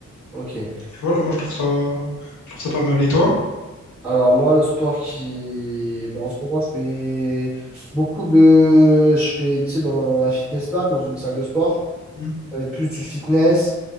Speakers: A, in the centre; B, on the left (about 75°).
A: Ok.
B: Voilà, moi je trouve ça, je trouve ça pas mal. Et toi?
A: Alors, moi, le sport qui... bah, en ce moment, je fais beaucoup de... Je fais, tu sais, dans un fitness park, dans une salle de sport.
B: Mhm.
A: Ça va être plus du fitness.